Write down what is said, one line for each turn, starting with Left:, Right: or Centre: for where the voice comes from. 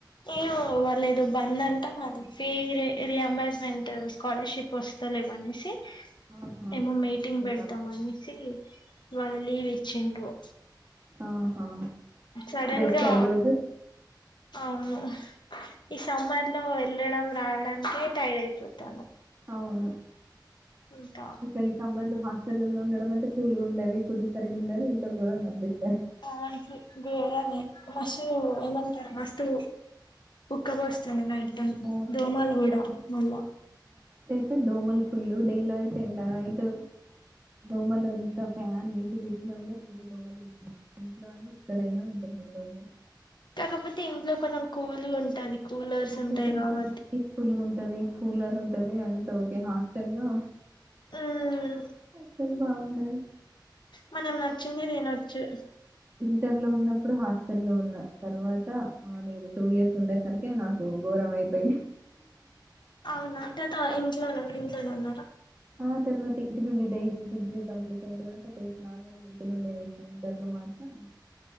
Left: అంటే ఇవాళ ఏదో బంద్ అంటా మాది ఫీజ్ రియంబర్స్మెంట్ స్కాలర్షిప్ వస్త లేదు అనేసి
Right: ఆహా
Left: ఏమో మీటింగ్
Right: అందుకా
Left: పెడతాం అనేసి ఇవాళ లీవ్ ఇచ్చిండ్రు
Right: ఆహా
Left: చడన్
Right: రెస్ట్
Left: గా
Right: ఆ ఈరోజు
Left: అవును ఈ సమ్మార్ లో ఎల్ ఎడన్నా రావడానికే టైడ్ అయిపోతాన
Right: అవును
Left: ఇంకా
Right: ఇక ఈ సమ్మర్ లో హాస్టలో ఉండడం అంటే కూల్ ఉండదు ఫుడ్ సరిగ్గా ఉండదు ఇంకా గోరంగా అనిపిస్తది
Left: ఆ ఇ రే మస్తుు ఏమంటారు మస్తు ఉక్క పోస్ చిన్న నైట్ టన్
Right: అవును
Left: దోమలు కూడ మళ్ళా
Right: అతే దోమలు ఫుల్లు డైలో అయితే ఉండా అైట్ దోమలు ఎంత ఫ్యాన్ ఏది పెట్టినా కూడా ఫుల్ దోమలు ఉ ఇంట్లో అయినా ఎక్కడైనా ఉంటున్నాయి దోమలు
Left: కాకపోతే ఇంట్లో కొంచం కోలు ఉంటది
Right: <unintelligible>
Left: కూలర్స్ ఉంటాయి కాబట్టి
Right: పీస్ఫుల్గా ఉంటది కూలర్ ఉంటది అంత ఓకే హాస్టల్ లో
Left: మ్మ్
Right: అసలు బాగుండది
Left: మనం నచ్చింది తినొచ్చు
Right: టర్ లో ఉన్నప్పుడు హాస్టల్ లో ఉన్న తర్వాత ఆ లేదు టూ ఇయర్స్ ఉండే సరి తే నాకు ఘోరం అయిపోయింది
Left: అవునా తత ఇంట్లోనే ఇంట్లోనే ఉన్నార
Right: ఆ తర్వా త ఇంత నుండి డైస్ బద కంప్లీట్ అయిన తర్వాత నార్మూల్ ఇంటి నుండే వేసిన ఇంటర్లో మాత్రం